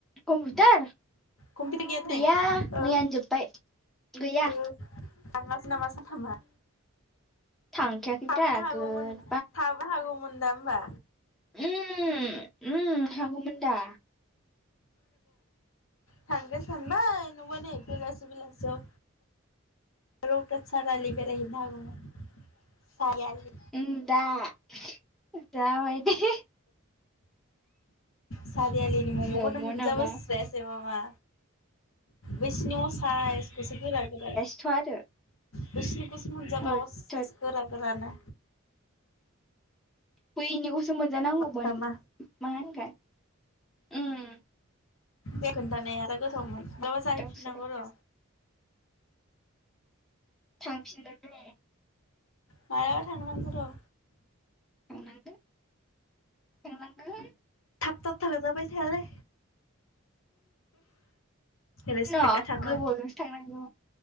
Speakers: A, in the centre; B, on the left.
A: कम्पुटार
B: कम्पिउटार दिनै
A: गैया मैयानो
B: ओ
A: जोब्बाय गैया।
B: ओ थाङासै नामा साथामा?
A: थांखायाखैब्रा
B: थाबोनो हागौमोन
A: गोद
B: थाबोनो हागौमोन दा होमबा।
A: उम-उम हागौमोन दा।
B: थांगोन सानबाय नोंयाबा नै बेलासि-बेलासियाव। रौथा सारालि बेरायहैनो हागौमोन सारिआलि।
A: ओं दा-दाबाय दे।
B: सारि आलिनि मैगंखौनो
A: मम'
B: मोनजाबोस्रायासै
A: नामा
B: मामा। बैसिनि असाइसखौसो गोरा-गोरा।
A: थ' आरो।
B: बैसिनिखौसो मोनजाबाय
A: होद
B: असाइस
A: थोद
B: गोरा-गोरानो।
A: बैनिखौसो मोनजानांगौमोन
B: थामा
A: मा होनोथाय ओम।
B: बे खोनथानाया आरो गोथावमोन माबा जाहैफिननांगौ
A: गोदाव सोराव
B: र'।
A: थांफिनगोन र'।
B: मालाबा थांनांगोन र'।
A: थांनांगोन थांनांगोन
B: थब थांजाबाय थायालै। रेसपेकआ
A: न'
B: थाङो
A: गोबावजोंसो थांनांगौ